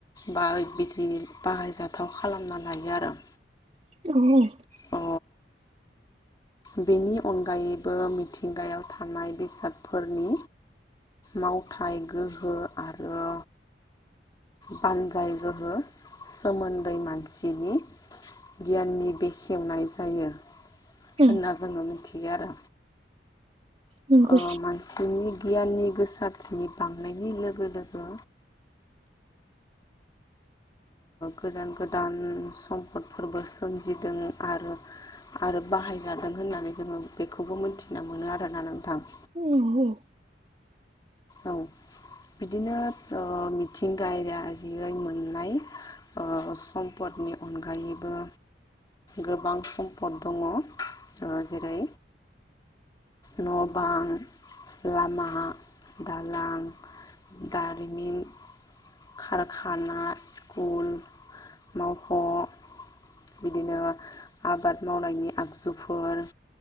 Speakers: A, on the left (about 20°); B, on the right (about 30°).
A: बा बिदि बाहायजाथाव खालामना लायो आरो
B: <inaudible>
A: अ बेनि अनगायैबो मिथिंगायाव थानाय बेसादफोरनि मावथाय गोहो आरो बानजाय गोहो सोमोन्दै मानसिनि गियाननि बेखेवनाय जायो
B: औ
A: होनना जोङो मिथियो आरो
B: नंगौ
A: ओ मान सिनि गियाननि गोसारथिनि बांनायनि लोगो-लोगो गोदान-गोदान सम्पदफोरबो सोमजिदों आरो आरो बाहायजादों होननानै जोङो बेखौबो मोनथिना मोनो आरोना नोंथां।
B: <inaudible>
A: औ बिदिनो ओ मिथिंगायारियै मोन मोननाय ओ सम्पदनि अनगायैबो गोबां सम्पद दङ ओ जेरै न'बां लामा दालां दारिमिन कारखाना स्कुल मावख' बिदिनो आबाद मावनायनि आगजुफोर